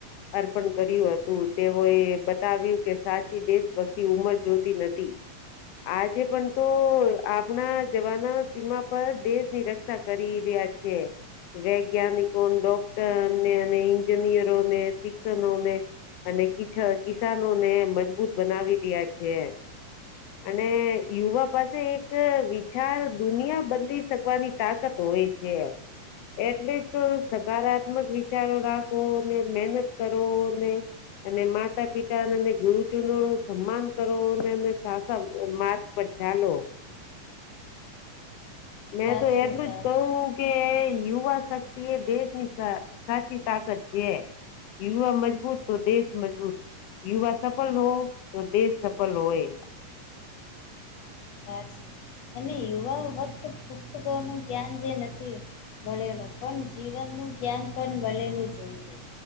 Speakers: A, on the left; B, on the left.
A: અર્પણ કર્યું હતું તેઓ એ બતાવ્યું કે સાચી દેશ ભક્તી ઉંમર જોતી નથી આ છેે પણ તો આપણા જવાના તેમા પર દેશ ની રક્ષા કરી રહ્યા છે વૈજ્ઞાનિકો ડોક્ટરને અને ન્જિનિયરોને શિક્ષણને અને કિસાનો ને મજબૂત બનાવી રહ્યા છે અને યુવા પાસે એક વિચાર દુનિયા બંધી શકવાની તાકાત હોય છે એટલે જ સકારાત્મક વિચારો રાખો ને મહેહનત કરો ને અને માતા પિતા અને એ ગુરુજનો નું સન્માન કરવો અને એ સા પછા લો મેં
B: સાચું
A: તો એટલું
B: સાચું
A: જ કઉ કે યુવા શક્તિ એ દેશની સાચી તાકાત છે યુવા મજબૂત તો દેશ મજબૂત યુવા સફલ હો તો દેશ સફલ હોય
B: સાચી અને યુવા વખત પુસ્તકો નું જ્ઞાન જે નથી ભળેલું પણ જીવનનું જ્ઞાન પણ વળેલું જોઈએ